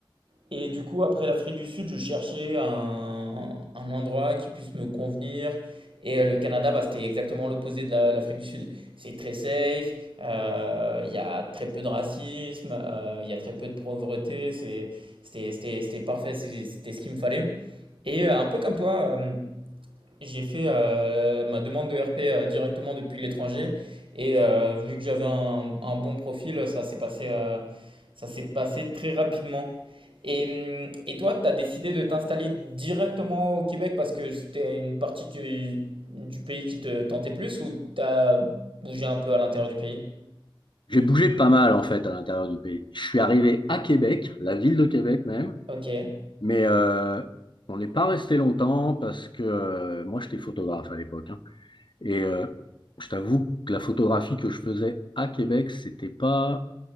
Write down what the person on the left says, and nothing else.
J'ai bougé pas mal, en fait, à l'intérieur du pays. Je suis arrivé à Québec, la ville de Québec même.
Mais euh, on n'est pas resté longtemps parce que euh, moi, j'étais photographe à l'époque. hein. Et euh, je t'avoue que la photographie que je faisais à Québec, c'était pas